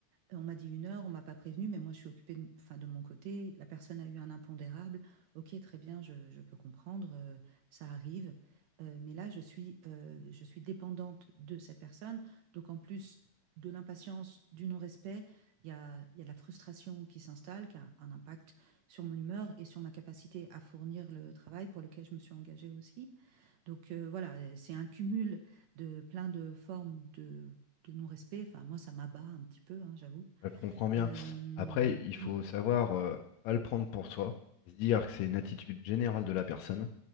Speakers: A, on the right (about 75°); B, on the left (about 90°).
A: on m'a dit une heure, on m'a pas prévenu, mais moi je suis occupée de, enfin, de mon côté. La personne a eu un impondérable. Ok, très bien, je, je peux comprendre, euh, ça arrive. Euh, mais là, je suis, euh, je suis dépendante de cette personne. Donc en plus de l'impatience, du non-respect, il y a, il y a de la frustration qui s'installe, qui a un impact sur mon humeur et sur ma capacité à fournir le travail pour lequel je me suis engagée aussi. Donc euh, voilà, euh, c'est un cumul de plein de formes de, de non-respect. Enfin, moi, ça m'abat un petit peu, hein, j'avoue.
B: Bah, Je te comprends bien.
A: Euh, mm,
B: Après, il faut savoir euh, pas le prendre pour soi, se dire que c'est une attitude générale de la personne.